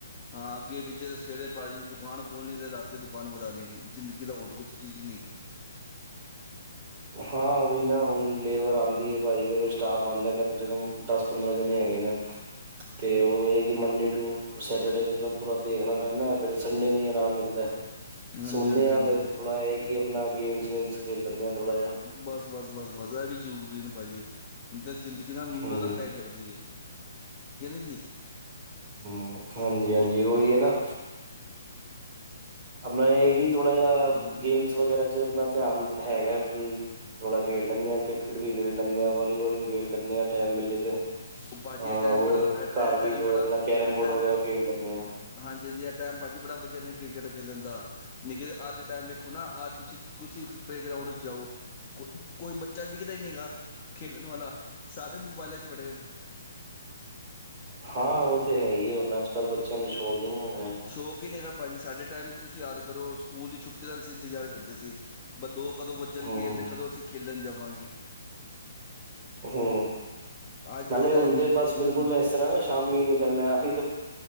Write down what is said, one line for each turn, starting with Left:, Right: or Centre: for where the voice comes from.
Left: ਹਾਂ ਅੱਗੇ ਪਿੱਛੇ ਸਵੇਰੇ ਭਾਜੀ ਜ ਦੁਕਾਨ ਖੋਲਣੀ, ਤੇ ਰਾਤੀ, ਦੁਕਾਨ ਵਧਾਉਣੀ, ਜ਼ਿੰਦਗੀ ਦਾ ਹੋਰ ਕੁਛ ਚੀਜ਼ ਹੀ ਨਹੀਂ, ਹੈਗੀ
Right: ਹਾਂ ਉਹੀ ਨਾ, ਹੁਣ ਲੇਬਰ ਆਉਂਦੀ ਹੈ ਭਾ, ਜੀ ਇਹਦੇ ਕੋ ਸਟਾਫ ਆਉਂਦਾ ਹੈ। ਕਮ ਸੇ ਕਮ ਪੰਦਰਾਂ, ਜਣੇ ਹੈਗੇ ਨੇ ਤੇ ਉਹ ਇਹ ਕਿ ਮੰਡੇ, ਟੂ ਸੈਂਟਰਡੇ ਤ ਪੂਰਾ ਦੇਖਣਾ ਪੈਂਦਾ, ਫਿਰ ਸੰਡੇ ਨੂੰ ਹੀ ਆਰਾਮ ਮਿਲਦਾ।
Left: ਹਾਂਜੀ
Right: ਸੁਣਣੇ
Left: ਹਾਂਜੀ
Right: ਹਾਂ
Left: ਹਾਂਜੀ
Right: ਤੇ ਥੋੜ੍ਹਾ ਜਿਹਾ, ਕਿ ਆਪਣਾ ਗੇਮਸ ਸੇ ਮਜ, ਖੇਡ ਲੈਂਦੇ ਹਾਂ ਥੋੜ੍ਹਾ ਜਿਹਾ।
Left: ਬਸ ਬਸ ਬਸ ਬਸ, ਇਹ ਵੀ ਜਰੂਰੀ ਨੇ ਭਾਜੀ, ਹੁਣ ਤੇ ਜ਼ਿੰਦਗੀ ਜਿਦਾ ਨਰਕ,
Right: ਹੂੰ
Left: ਟਾਈਪ ਲੱਗਦੀ ਹੈ ਕਹਿੰਦੇ ਜੀ।
Right: ਹੂ ਹਾਂਜੀ
Left: ਉਹ
Right: ਹਾਂਜੀ ਉਹੀ ਹੈ ਨਾ ਆਪਣਾ ਇਹ ਕਿ, ਥੋੜਾ ਜਿਹਾ
Left: ਹਾਂਜੀ
Right: ਗੇਮਸ ਵਗੈਰਾ ਚ ਆਪਣਾ ਧਿਆਨ ਹੈਗਾ, ਥੋੜਾ ਖੇਡ ਲੈਂਦੇ ਹਾਂ, ਕ੍ਰਿਕਟ ਵੀ ਖੇਡ ਲੈਂਦੇ ਹਾਂ, ਵਾਲੋੀਬਾਲ ਵੀ ਖੇਡ ਲੈਂਦੇ ਹਾਂ, ਟਾਈਮ ਮਲੇ ਤੇ
Left: ਉਹ ਭਾਜੀ
Right: ਹਾਂ
Left: ਇਹ ਟਾਈਮ
Right: ਹੋਰ
Left: ਬੜਾ
Right: ਘਰ
Left: ਇਹ
Right: ਵਿੱਚ
Left: ਟਾਈਮ ਬੜਾ
Right: ਆਪਣਾ ਕੈਰਮ
Left: ਇਹ
Right: ਬੋਰਡ,
Left: ਟਾਈਮ
Right: ਵਗੈਰਾ ਖੇਡ ਲੈਂਦੇ ਹਾਂ
Left: ਹਾਂਜੀ ਹਾਂਜੀ ਇਹ ਟਾਈਮ, ਭਾਅ ਜੀ ਬੜਾ ਵਧੀਆ ਨੇ, ਕ੍ਰਿਕਟ ਖੇਲਣ ਦਾ। ਦੇਖਿਏ ਅੱਜ ਦਾ ਟਾਈਮ ਵੇਖੋ ਨਾ, ਆ ਤੁਸੀਂ ਪਲੇਗਰਾਊਂਡ ਵਿੱਚ, ਜਾਓ ਕੋਈ ਕੋਈ ਬੱਚਾ ਵਿਖਦਾ ਨਹੀਂ ਹੈਗਾ, ਖੇਡਣ ਵਾਲਾ, ਸਾਰੇ ਮੋਬਾਇਲਾਂ 'ਚ ਵੜੇ ਹੋਏ ਨੇ
Right: ਹਾਂ, ਉਹ ਤਾਂ ਹੈ ਹੀ, ਹੁਣ ਅੱਜ ਕੱਲ੍ਹ ਬੱਚਿਆਂ ਨੂੰ ਸ਼ੌਕ, ਹੀ ਨਹੀਂ ਹੈਗਾ?
Left: ਸ਼ੌਕ ਹੀ ਨਹੀਂ ਹੈਗਾ ਭਾਅ ਜੀ, ਸਾਡੇ ਟਾਈਮ 'ਚ ਤੁਸੀਂ ਯਾਦ ਕਰੋ, ਸਕੂਲ ਦੀ ਛੁੱਟੀ ਦਾ ਅਸੀਂ ਇੰਤਜ਼ਾਰ ਕਰਦੇ ਸੀ। ਬੰਦੂਕ ਕਦੋਂ ਵੱਜਣਗੇ
Right: ਹੂੰ
Left: ਗੇ, ਕਦੋਂ ਅਸੀਂ ਖੇਲਣ ਜਾਵਾਂਗੇ।
Right: ਹੂ
Left: ਅੱਜ
Right: ਨਾਲੇ
Left: ਦੇ ਟਾਈਮ
Right: ਹੁੰਦੇ,
Left: ਤੇ
Right: ਬਸ
Left: ਹੂੰ
Right: ਬਿਲਕੁਲ ਇਸ ਕਹਿਦਾ ਸ਼ਾਮੀ ਨਿਕਲਣਾ, ਅਸੀਂ ਤੇ